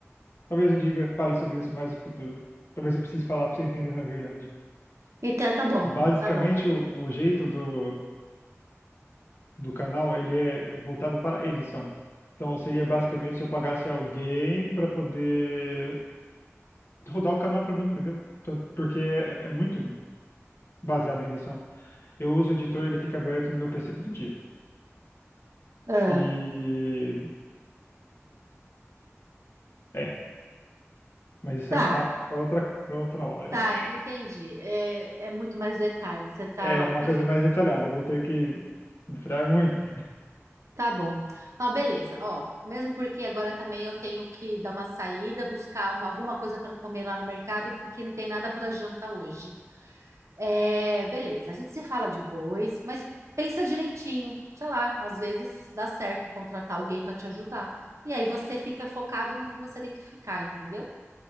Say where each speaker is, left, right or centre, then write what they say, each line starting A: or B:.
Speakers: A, on the left; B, on the right.
A: talvez eu diga, fale sobre isso mais no futuro. Talvez eu precise falar para você entender na verdade.
B: Então, tá bom,
A: Basicamente,
B: tá bom.
A: o, o jeito do, do canal, ele é voltado para edição. Então, seria basicamente se eu pagasse alguém para poder rodar o canal para mim, entendeu? Então, Porque é é muito baseado em edição. Eu uso o editor, ele fica aberto no meu PC todo dia.
B: Ah,
A: E é, mas isso
B: tá,
A: é papo para outra, para outra hora,
B: tá,
A: eu acho.
B: entendi. É, é muito mais detalhe. Você tá,
A: É uma
B: enfim.
A: coisa mais detalhada, eu vou ter que entrar muito.
B: Tá bom. Ah, beleza. Ó, mesmo porque agora também eu tenho que dar uma saída, buscar uma- alguma coisa para comer lá no mercado, porque não tem nada para janta hoje. É, beleza. A gente se fala depois, mas pensa direitinho. Sei lá, às vezes dá certo contratar alguém para te ajudar. E aí você fica focado no que você tem que ficar, entendeu?